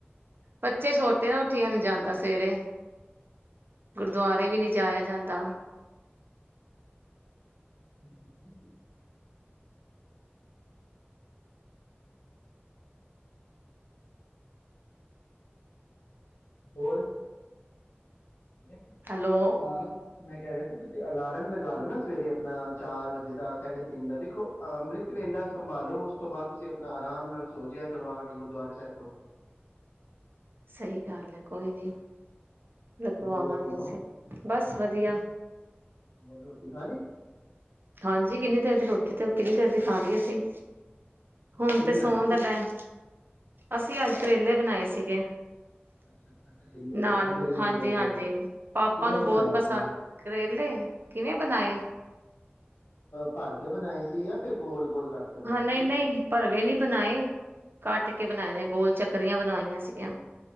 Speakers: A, on the right; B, on the left.
A: ਬੱਚੇ ਛੋਟੇ ਆ ਉੱਠੀਆਂ ਨਹੀਂ ਜਾਂਦਾ ਸਵੇਰੇ ਗੁਰਦੁਆਰੇ ਵੀ ਨਹੀਂ ਜਾਇਆ ਜਾਂਦਾ।
B: <unintelligible> ਹੋਰ, ਇਕ
A: ਹੈਲੋ
B: ਅਲਾਰਮ, ਮੈਂ ਕਹਿ ਰਿਹਾ ਸੀ, ਕਿ ਤੁਸੀਂ ਅਲਾਰਮ ਲਗਾ ਲਓ ਨਾ ਸਵੇਰੇ ਆਪਣਾ ਚਾਰ ਵੱਜੇ ਦਾ ਸਾਢੇ ਤਿੰਨ ਦਾ ਦੇਖੋ, ਅੰਮ੍ਰਿਤ ਵੇਲਾ ਸੰਭਾਲੋ ਉਸ ਤੋਂ ਬਾਅਦ ਤੁਸੀਂ ਆਪਣਾ ਆਰਾਮ ਨਾਲ ਸੋਜਿਆ ਕਰੋ, ਆਕੇ ਗੁਰਦੁਆਰੇ ਸਾਹਿਬ ਤੋਂ
A: ਸਹੀ ਗੱਲ ਹੈ। ਕੋਈ ਨੀ, ਲਗਵਾਵਾਗੇ
B: ਹੋਰ ਸੁਣਾਓ
A: ਅਸੀਂ ਬਸ ਵਧੀਆ।
B: ਹੋਰ ਰੋਟੀ ਖਾ ਲੀ।
A: ਹਾਂਜੀ, ਕਿੰਨੀ ਦੇਰ ਦੀ ਰੋਟੀ ਤੇ ਕਿੰਨੀ ਦੇਰ ਦੀ ਖਾ ਲੀ ਅਸੀਂ। ਹੁਣ
B: ਕੀ ਬਣਾਇਆ
A: ਤੇ ਸੋਣ
B: ਸੀ
A: ਦਾ ਟੈਮ ਅਸੀ ਐਸ ਵੇਲੇ ਬਣਾਏ ਸੀਗੇ।
B: ਅੱਛਾ। ਕਰੇਲੇ
A: ਨਾਲ
B: ਆ
A: ਹਾਂਜੀ-ਹਾਂਜੀ
B: ਮਤਲਬ
A: ਪਾਪਾ
B: ਕਿਵੇਂ
A: ਨੂੰ
B: ਬਣਾਏ
A: ਬਹੁਤ
B: ਆਪਣਾ
A: ਪਸੰਦ ਕਰੇਲੇ ਕਿਵੇਂ ਬਣਾਏ
B: ਭਰ ਕੇ ਬਣਾਏ ਸੀ, ਜਾ ਫਿਰ ਗੋਲ ਗੋਲ ਕੱਟ ਕੇ ਬਣਾਏ ਸੀ
A: ਨਹੀ ਨਹੀ ਭਰਵੇਂ ਨੀ ਬਣਾਏ, ਕੱਟ ਕੇ ਬਣਾਏ ਗੋਲ ਚਕਰੀਆ ਬਣਵਾਇਆ ਸੀਗੀਆ।